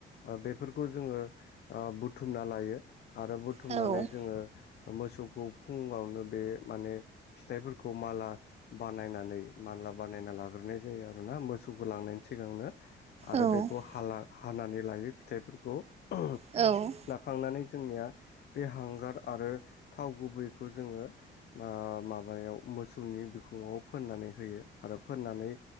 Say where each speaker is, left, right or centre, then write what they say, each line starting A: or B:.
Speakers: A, on the left; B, on the right.
A: ओ बेफोरखौ जोङो ओ बुथुमना लायो। आरो बुथुमनानै
B: औ
A: जोङो मोसौखौ फुङावनो बे माने फिथाइफोरखौ माला बानायनानै मानला बानायना लाग्रोनाय जायो आरोना मोसौखौ लांनायनि सिगांनो। आरो
B: औ
A: बेखौ <unintelligible> हानानै लायो फिथाइफोरखौ <unintelligible>
B: औ।
A: लाखांनानै जोंनिया बे हांगार आरो थाव गुबैखौ जोङो माबायाव मोसौनि बिखङाव फोननानै होयो आरो फोननानै